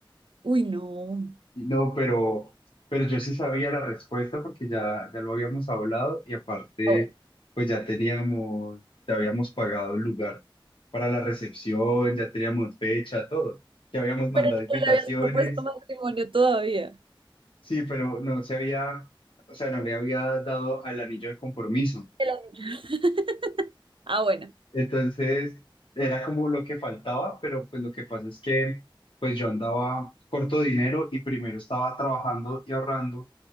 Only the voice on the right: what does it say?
Uy, no.
Ah, bueno.
Pero
no le habías propuesto matrimonio todavía.
El anillo. <laughs> Ah, bueno,